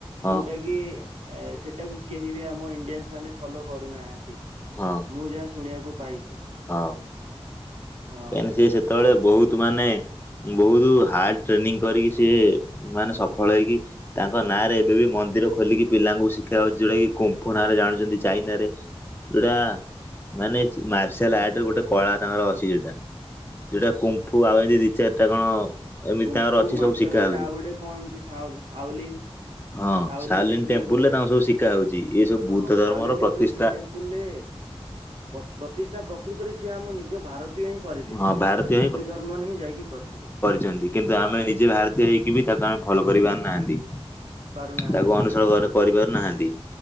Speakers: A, on the right (about 75°); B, on the left (about 20°).
A: ଯୋଉଟା
B: ହଁ
A: କି ଏ ସେଟାକୁ କେହି ବି ଆମ ଇଣ୍ଡିଆନ୍ସ ମାନେ ଫଲୋ କରୁନାହାନ୍ତି।
B: ହଁ
A: ମୁଁ ଯାହା ଶୁଣିବାକୁ ପାଇଛି
B: ହଁ କାହିଁକି
A: ହଁ
B: ନା ସେ ସେତେବେଳେ ବହୁତ ମାନେ ବହୁତ ହାର୍ଡ ଟ୍ରେନିଂ କରିକି ସିଏ ମାନେ ସଫଳ ହେଇକି ତାଙ୍କ ନାଁରେ ଏବେ ବି ମନ୍ଦିର ଖୋଲିକି ପିଲାଙ୍କୁ ଶିଖା ହଉଛି ଯୋଉଟା କି କମ୍ଫୁ ନାଁ ରେ ଜାଣୁଛନ୍ତି ଚାଇନା ରେ।
A: ହ <inaudible>
B: ଯୋଉଟା ମାନେ ମାର୍ଶଲ ଆର୍ଟରେ ଗୋଟେ କଳା ତାଙ୍କର ଅଛି ଯୋଟା ଯୋଉଟା କୁ ପୁଅ ଆଉ ଏମିତି ଦି ଚାରିଟା କଣ ଏମିତି
A: କୁମ୍ଫୁ
B: ତାଙ୍କର ଅଛି
A: ମାର୍ଶାଲ
B: ସବୁ ଶିଖା
A: ଆର୍ଟ
B: ହଉଛି
A: ଆଉ ଗୋଟେ କଣ ଏମିତି ସା ସାଉଲିନ୍
B: ହଁ
A: ସାଉଲିନ
B: ସାଲିନ
A: ଟେକ୍ନିକ
B: ଟେମ୍ପୁଲରେ
A: ଗୋଟେ
B: ତାଙ୍କୁ ସବୁ ଶିଖା ହଉଛି ଏ ସବୁ
A: ହଁ
B: ବୁଦ୍ଧ ଧର୍ମର
A: ସାଉଲି ଟେପଲ
B: ପ୍ରତିଷ୍ଠା
A: ପୁଲେ ପ୍ର ପ୍ରତିଷ୍ଠା ପ୍ରକୃତରେ ସିଏ ଆମ ନିଜ ଭାରତୀୟ ହିଁ କରିଥିଲେ
B: ହଁ ଭାରତୀୟ
A: ବୋଦ୍ଧି ଧର୍ମରେ ହିଁ ଯାଇକି କରିଥିଲେ
B: ଚନ୍ତି କିନ୍ତୁ ଆମେ ନିଜେ ଭାରତୀୟ ହେଇକି ବି ତାକୁ ଆମେ ଫଲୋ କରିପାରୁ ନାହାନ୍ତି।
A: ପାରୁନାହାନ୍ତି
B: ତାକୁ ଅନୁସରଣ ଘର କରିପାରୁ ନାହାନ୍ତି।